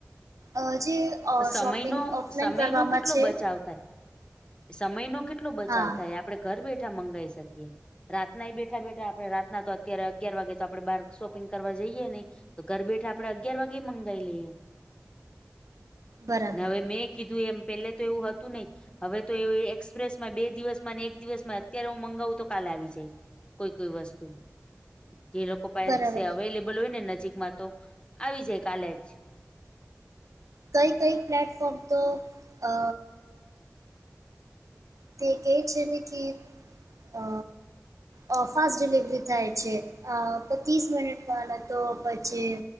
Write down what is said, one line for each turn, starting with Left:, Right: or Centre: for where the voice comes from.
Right: અ જે અ
Left: સમયનો
Right: શોપિંગ ઓફલાઈન
Left: સમયનો
Right: કરવામાં
Left: કેટલો
Right: છે
Left: બચાવ થાય. સમયનો કેટલો બચાવ
Right: હા
Left: થાય આપ આપડે ઘર બેઠા મંગાઈ શકીએ. રાતનાય બેઠા-બેઠા આપણે રાતના તો અત્યારે અગિયાર વાગે તો આપડે બાર શોપિંગ કરવા જઈએ નઈ તો ઘર બેઠાં આપડે અગિયાર વાગેય મંગાઈ લઈએ.
Right: બરાબર
Left: ન હવે મેં કીધું એમ પેલેતો એવું હતું નઈ હવે તો એવું એક્સપ્રેસમાં બે દિવસમાં ને એક દિવસમાં અત્યારે હું મંગાવું તો કાલે આવી જાય. કોઈ-કોઈ વસ્તુ જે લોકો પાસે
Right: બરાબર
Left: અવેલેબલ હોય ને નજીકમાં તો આવી જાય કાલે જ.
Right: કઈ-કઈ પ્લેટફોર્મ તો અ તે કેય છે ને કે અ અ ફાસ્ટ ડિલિવરી થાય છે. અ પચીસ મિનિટમાં ને તો પછી